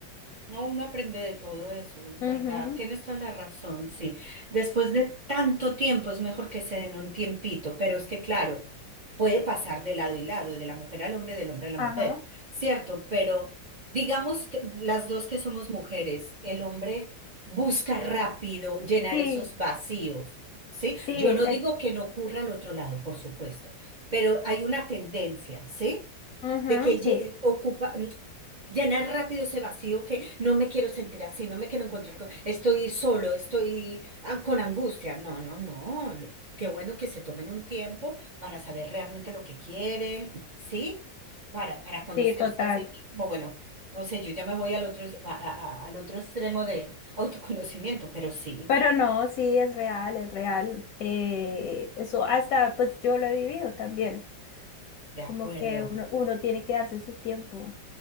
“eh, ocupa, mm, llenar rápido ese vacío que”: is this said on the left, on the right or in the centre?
Right